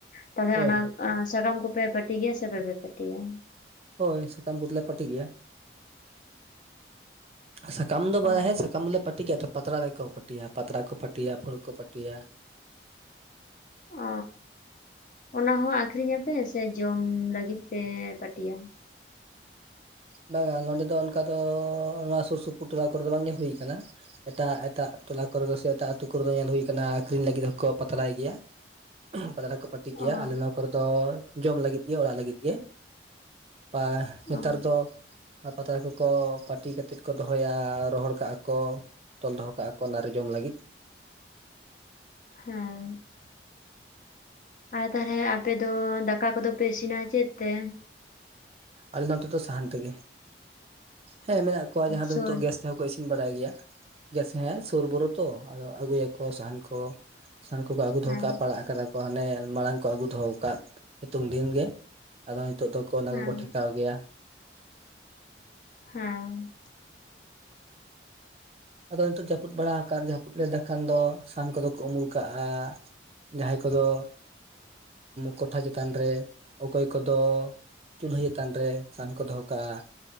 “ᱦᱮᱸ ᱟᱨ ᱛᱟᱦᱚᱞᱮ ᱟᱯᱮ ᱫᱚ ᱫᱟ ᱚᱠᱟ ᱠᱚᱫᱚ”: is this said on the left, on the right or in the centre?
Left